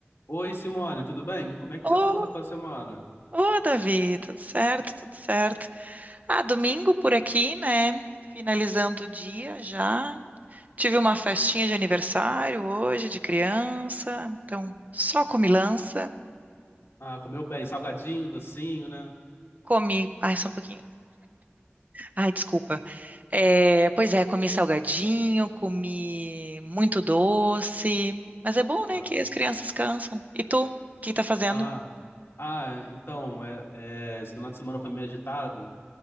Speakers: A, on the left (about 70°); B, on the right (about 35°).
A: Oi, Simone, tudo bem? Como é que
B: Ô,
A: tá sendo a tua semana?
B: ô, Davi, tudo certo, tudo certo. Ah, domingo por aqui, né? Finalizando o dia já. Tive uma festinha de aniversário hoje de criança, então só comilança.
A: Ah, comeu bem, salgadinho, docinho, né?
B: Comi, ai, só um pouquinho. Ai, desculpa. É, pois é, comi salgadinho, comi muito doce, mas é bom, né,
A: Aham.
B: que as crianças cansam. E tu, o que tá fazendo?
A: Ah, ah, então, é, é, esse final de semana foi meio agitado.